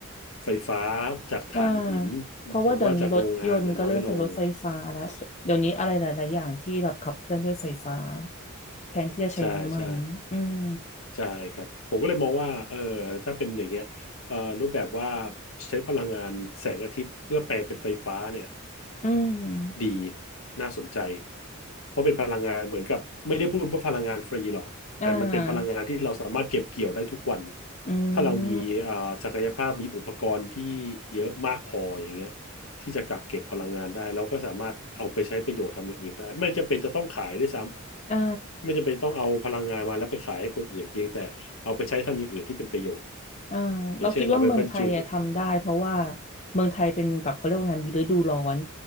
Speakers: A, on the left; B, on the left.
A: ไฟฟ้าจากถ่านหิน
B: อ่าเพราะว่าเดี๋ยวนี้รถยนต์ก็เริ่มเป็นรถไฟฟ้าแล้วเดี๋ยวนี้อะไรหลายๆอย่างที่แบบขับเคลื่อนด้วยไฟฟ้า
A: หรือว่าจากโรงงานนะน้อยลง
B: แทนที่จะใช้น้ำมันอืม
A: ใช่ใช่ใช่ครับผมก็เลยมองว่าเออถ้าเป็นอย่างเงี้ยเออรูปแบบว่าใช้พลังงานแสงอาทิตย์เพื่อแปลงเป็นไฟฟ้าเนี่ย
B: อืม
A: ดีน่าสนใจเพราะเป็นพลังงานเหมือนกับไม่ได้พูดว่าพลังงานฟรีหรอกแต่มันเป็นพลังงานที่เราสามารถเก็บเกี่ยวได้ทุกวัน
B: อ่าอื
A: ถ้าเรามีเอ่อศักยภาพมีอุปกรณ์ที่
B: ม
A: เยอะมากพออย่างเงี้ยที่จะกักเก็บพลังงานได้เราก็สามารถเอาไปใช้ประโยชน์ทำอย่างอื่นได้ไม่จำเป็นจะต้องขายด้วยซ้
B: อ่า
A: ำไม่จำเป็นต้องเอาพลังงานมาแล้วไปขายให้คนอื่นเพียงแต่เอาไปใช้ทำอย่างอื่นที่เป็นประโยชน์
B: อ่าเราคิดว่าเมืองไทยอะทำได้เพราะว่า
A: อย่างเช่นเอาไปบรรจุ
B: เมืองไทยเป็นแบบเขาเรียกว่าไงมีฤดูร้อน